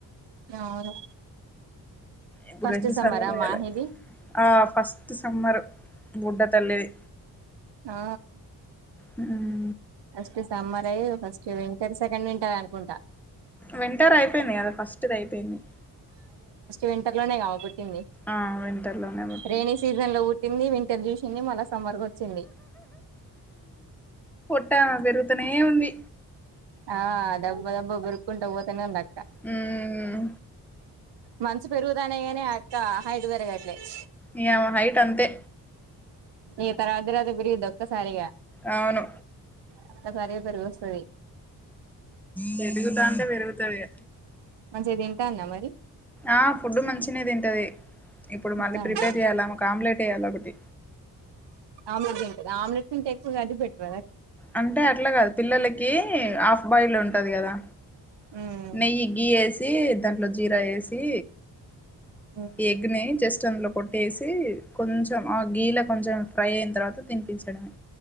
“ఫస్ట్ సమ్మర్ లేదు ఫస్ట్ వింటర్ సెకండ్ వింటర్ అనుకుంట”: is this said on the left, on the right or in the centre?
Right